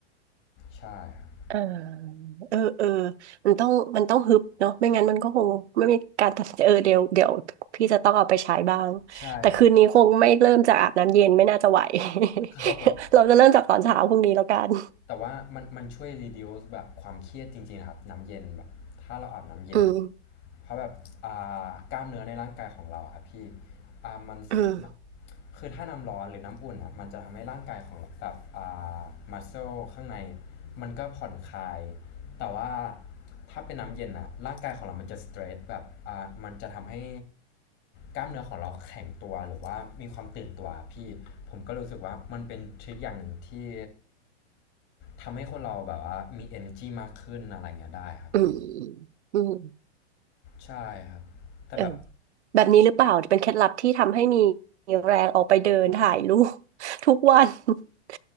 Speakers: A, on the left (about 35°); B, on the right (about 80°).
A: ใช่ครับ
B: เออเออเออ มันต้องมันต้องฮึบเนาะไม่งั้นมันก็คงไม่มีการตัดสินใจเออเดี๋ยวเดี๋ยวพี่จะต้องเอาไปใช้บ้าง
A: ใช่ครับ
B: แต่คืนนี้คงไม่เริ่มจากอาบน้ำเย็นไม่น่าจะไหว <laughs>
A: ครับผม
B: เราจะเริ่มจากตอนเช้าพรุ่งนี้แล้วกัน
A: แต่ว่ามันมันช่วย reduce แบบความเครียดจริงๆนะครับน้ำเย็นแบบถ้าเราอาบน้ำเย็นอะ
B: อืม
A: เพราะแบบอ่ากล้ามเนื้อในร่างกายของเราอะครับพี่อ่ามันม
B: อืม
A: คือถ้าน้ำร้อนหรือน้ำอุ่นอะมันจะทำให้ร่างกายของเราแบบอ่า muscle ข้างในมันก็ผ่อนคลาย แต่ว่าถ้าเป็นน้ำเย็นอะร่างกายของเรามันจะสเตรสแบบอ่ามันจะทำให้กล้ามเนื้อของเราแข็งตัวหรือว่ามีความตื่นตัวพี่ผมก็รู้สึกว่ามันเป็นทริคอย่างหนึ่งที่ทำให้คนเราแบบว่ามี energy มากขึ้นอะไรเงี้ยได้ครับผม
B: อืมอืม
A: ใช่ครับแต่แบบ
B: เออแบบนี้หรือเปล่าเป็นเคล็ดลับที่ทำให้มีแรงออกไปเดินถ่ายรูป <laughs> ทุกวัน <laughs>